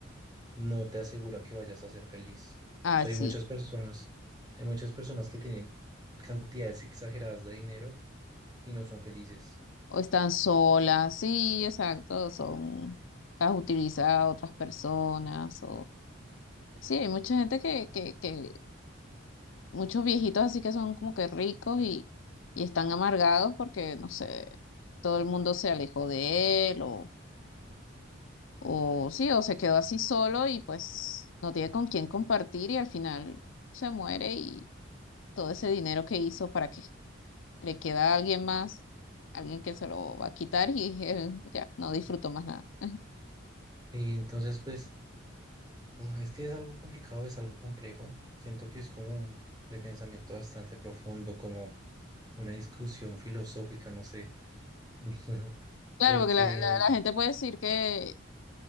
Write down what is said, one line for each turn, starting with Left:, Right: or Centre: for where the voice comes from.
Right: no te asegura que vayas a ser feliz.
Left: Ah,
Right: O sea,
Left: sí.
Right: hay muchas personas, hay muchas personas que tienen cantidades exageradas de dinero y no son felices.
Left: O están solas. Sí, exacto. Son, las utiliza otras personas. O, sí, hay mucha gente que, que, que, muchos viejitos así que son como que ricos y, y están amargados porque, no sé, todo el mundo se alejó de él o O sí, o se quedó así solo y pues no tiene con quién compartir y al final se muere y todo ese dinero que hizo para qué le queda a alguien más, alguien que se lo va a quitar y él ya no disfrutó más nada. <laughs>
Right: Y entonces, pues, uf, es que es algo complicado, es algo complejo. Siento que es como un- de pensamiento bastante profundo, como una discusión filosófica, no sé. <laughs>
Left: Claro,
Right: Porque,
Left: porque la, la- la gente puede decir que,